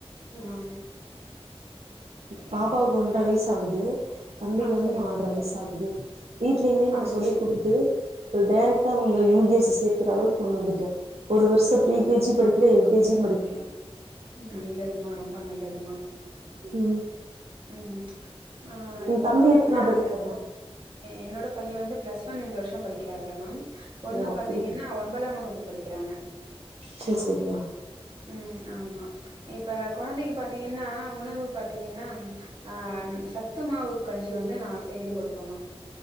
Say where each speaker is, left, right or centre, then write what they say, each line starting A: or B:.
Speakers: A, on the right (about 50°); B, on the right (about 80°).
A: ம்
B: பாப்பாக்கு ஒன்ட்ற வயசு ஆகுது தம்பிக்கு
A: ஆ
B: வந்து
A: சரிம்மா
B: நால்ட்ர வயசு ஆகுது வீட்லயுமே நா
A: ஆ
B: சொல்லி
A: சரி
B: குடுத்து இப்ப டைரெக்டா அவங்கள யூகேஸி சேர்த்துற அளவுக்கு கொண்டு வந்துட்ட ஒரு வருஷ ப்ரீகேஜி படிக்கல எல்கேஜியு படிக்கல
A: நல்லதுமா ரொம்ப நல்லதுமா
B: ம்
A: ம் ஆ இப்ப
B: ம் தம்பி
A: பாத்தீங்கன்னா
B: எத்தனா படிக்கிறாங்க
A: என்னோட பைய வந்து பிளஸ் ஒன் இந்த வருஷோ படிக்கிறாப்லமா பொண்ணு
B: ஓ அப்டியா
A: பாத்தீங்கன்னா ஒன்பதாம் வகுப்பு படிக்கிறாங்க
B: செரி செரி தா
A: ம் ஆமா இப்ப கொழந்தைக்கு பாத்தீங்கனா உணவு பாத்தீங்கனா ஆ சத்துமாவு கஞ்சி வந்து நா செய்து குடுப்பமா